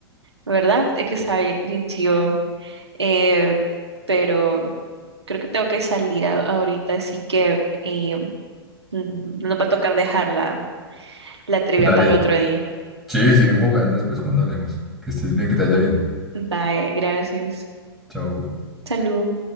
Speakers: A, on the right; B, in the centre.
A: ¿verdad? Es que está bien, bien chido. Eh, pero creo que tengo que salir a- ahorita, así que eh, n- nos va a tocar dejar la, la trivia
B: Dale.
A: para otro día.
B: Sí, seguimos jugando después cuando hablemos. Que estés bien, que te vaya bien.
A: Bye, gracias.
B: Chao.
A: Salud.